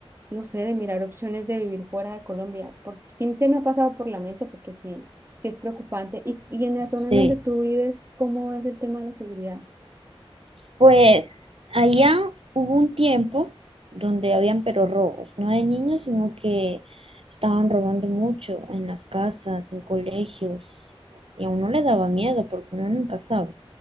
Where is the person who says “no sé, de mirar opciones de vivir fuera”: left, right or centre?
Right